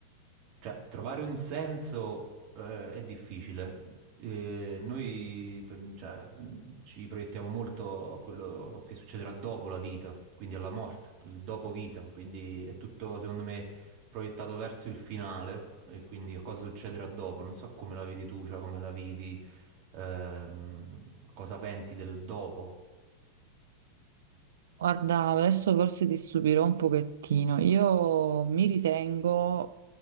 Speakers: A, on the right; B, on the right.
A: cioè, trovare un senso eh, è difficile, eh, noi p- cioè, mh, ci proiettiamo molto a quello che succederà dopo la vita, quindi alla morte, il dopo vita, quindi è tutto secondo me proiettato verso il finale e quindi a cosa succederà dopo. Non so come la vedi tu, cioè come la vivi, ehm, cosa pensi del dopo.
B: Guarda, adesso forse ti stupirò un pochettino. Io mi ritengo